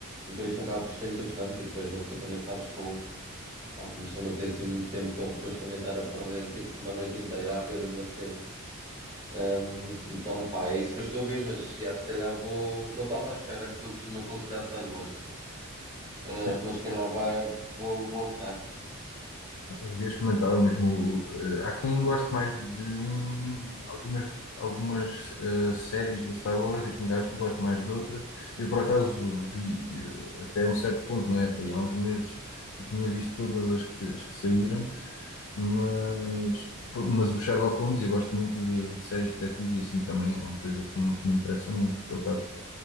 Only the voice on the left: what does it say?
Sim.
Devia experimentar o mesmo. eh, Há quem goste mais de um, algumas, algumas eh, séries da Star Wars e quem gosta, gosta mais de outras. Eu, por acaso, vi eh, até um certo ponto, não é? Até aí há uns meses eu tinha visto todas as que, as que saíram, mas, mas o Sherlock Holmes, eu gosto muito de, de séries de detetives e assim também é uma coisa que me, que me interessa muito, por acaso.